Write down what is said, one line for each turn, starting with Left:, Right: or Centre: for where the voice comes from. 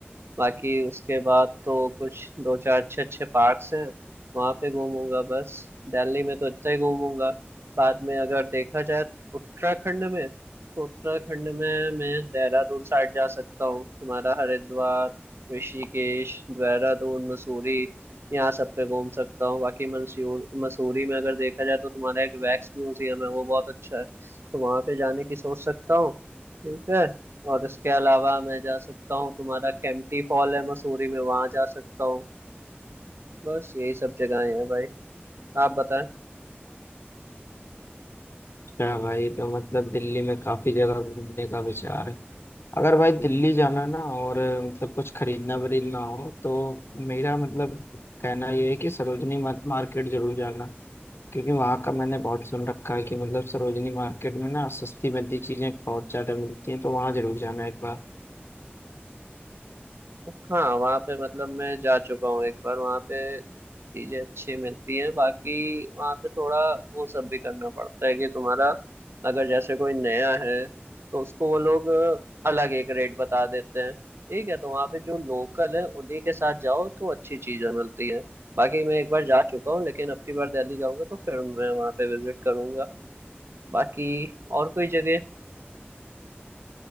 Right: बाकी उसके बाद तो कुछ दो चार अच्छे अच्छे पार्क्स हैं वहाँ पे घूमूंगा बस दिल्ली में तो इतना ही घूमूंगा बाद में अगर देखा जाए उत्तराखंड में तो उत्तराखंड में मैं देहरादून साइड जा सकता हूँ तुम्हारा हरिद्वार ऋषिकेश देहरादून मसूरी यहाँ सब पे घूम सकता हूँ बाकी मंसूर मसूरी में अगर देखा जाए तो तुम्हारा एक वैक्स म्यूजियम है वो बहुत अच्छा है तो वहाँ पे जाने की सोच सकता हूँ ठीक है और इसके अलावा मैं जा सकता हूँ तुम्हारा केम्प्टी फॉल है मसूरी में वहां जा सकता हूँ बस यही सब जगहें हैं भाई आप बताएं
Left: अच्छा भाई तो मतलब दिल्ली में काफी जगह घूमने का विचार है अगर भाई दिल्ली जाना ना और मतलब कुछ खरीदना वरीदना हो तो मेरा मतलब कहना ये है कि सरोजनी मा- मार्केट जरूर जाना क्योंकि वहाँ का मैंने बहुत सुन रखा है कि मतलब सरोजनी मार्केट में ना सस्ती मद्दी चीजें बहुत ज्यादा मिलती हैं तो वहाँ जरूर जाना एक बार
Right: हाँ वहाँ पे मतलब मैं जा चुका हूँ एक बार वहाँ पे चीजें अच्छी मिलती हैं बाकी वहाँ पे थोड़ा वो सब भी करना पड़ता है कि तुम्हारा अगर जैसे कोई नया है तो उसको वो लोग अ, अलग एक रेट बता देते हैं ठीक है तो वहाँ पे जो लोकल है उन्हीं के साथ जाओ तो अच्छी चीजें मिलती हैं बाकी मैं एक बार जा चुका हूँ लेकिन अब की बार दिल्ली जाऊंगा तो फिर मैं वहाँ पे विजिट करूंगा बाकी और कोई जगह